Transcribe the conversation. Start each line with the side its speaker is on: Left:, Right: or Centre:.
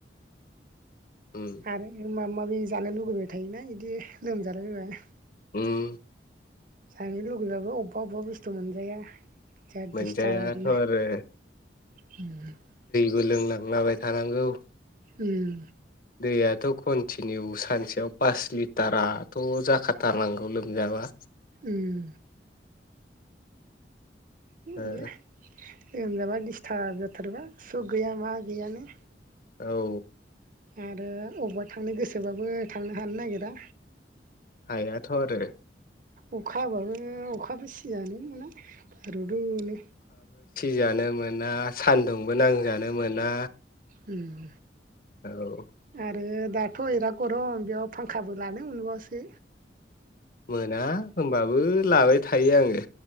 Left: उम
Right: आरो माबा माबि जानो लुुबैबाय थायोना इदि लोमजालाय बायबा
Left: उम
Right: जानो लुबैबाबो अबेबा अबेबा बुस्थु मोनजाया। जा
Left: मोनजायाथ'
Right: दिस्थाबनो
Left: आरो
Right: <unintelligible>
Left: गोलोंनांलाबाय थानांगौ
Right: उम
Left: दैयाथ' कन्टिनिउ सानसेयाव पास लिटाराथ' जाखाथारनांगौ लोमजाबा।
Right: ओम बिया
Left: ओ
Right: लोमजाबा दिस्थार्ब जाथारोबा सुख गैया मा गैयानो।
Left: औ
Right: आरो अबावबा थांनो गोसोबाबो थांनो हानो नागिरा।
Left: हायाथ' आरो।
Right: अखा हाबाबो अखाबो सिजानो मोना। रु रु नो।
Left: जानो मोना सान्दुंबो नांजानो मोना।
Right: ओम
Left: औ
Right: आरो दाथ' बिराद गरम बेयाव फांखाबो लानो मोनबावासो।
Left: मोना होनबाबो लाबाय थायो आङो।